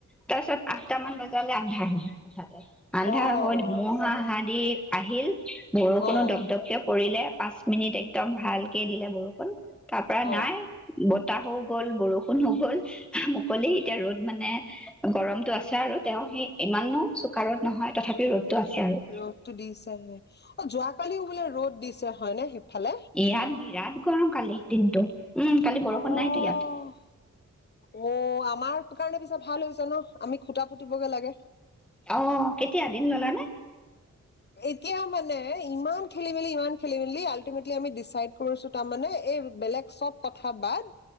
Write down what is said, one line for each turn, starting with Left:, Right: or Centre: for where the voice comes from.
Centre: তাৰপিছত আঠটামান বজালে আন্ধাৰ হ'ল হঠাতে। আন্ধাৰ
Left: অ
Centre: হৈ ধুমুহা হা দি আহিল, বৰষুণো
Left: অ',
Centre: দপদপকে পৰিলে। পাঁচ মিনিট একদম ভালকে দিলে বৰষুণ তাৰ পৰা
Left: অ',
Centre: নাই। বতাহো হৈ গ'ল, বৰষুণ হৈ গ'ল মুকলি এতিয়া ৰ'দ মানে গৰমটো আছে আৰু তেওঁ সেই ইমানো চোকা ৰ'দ নহয় তথাপি ৰ'দ টো আছে আৰু।
Left: ৰ'দটো দিছেহে অ', যোৱাকালিও বোলে ৰ'দ দিছে হয়নে সেইফালে।
Centre: ইয়াত বিৰাট গৰম কালি দিনটো উম, কালি বৰষুণ
Left: অ',
Centre: নাইতো ইয়াত।
Left: অ', আমাৰ কাৰণে পিছে ভাল হৈছে ন' আমি খুটা পুতিবগৈ লাগে।
Centre: অ', কেতিয়া দিন ল'লানে?
Left: এতিয়া মানে ইমান খেলি মেলি ইমান খেলি মেলি আল্টিমেটলি আমি ডিচাইড কৰিছো তাৰমানে এই বেলেগ চব কথা বাদ,